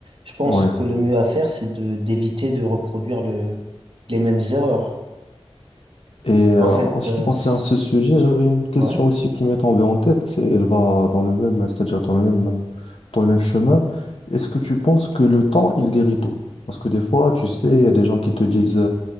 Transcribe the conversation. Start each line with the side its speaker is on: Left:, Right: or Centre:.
Right: je pense
Left: Ouais.
Right: que le mieux à faire, c'est de, d'éviter de reproduire le, les mêmes erreurs.
Left: Et euh,
Right: En fait,
Left: en ce
Right: euh,
Left: qui concerne
Right: c-
Left: ce sujet, j'avais une question
Right: ouais,
Left: aussi qui m'est tombée en tête. C'est, elle va dans le même, c'est-à-dire dans le même, euh, dans le même chemin. Est-ce que tu penses que le temps, il guérit tout? Parce que des fois, tu sais, il y a des gens qui te disent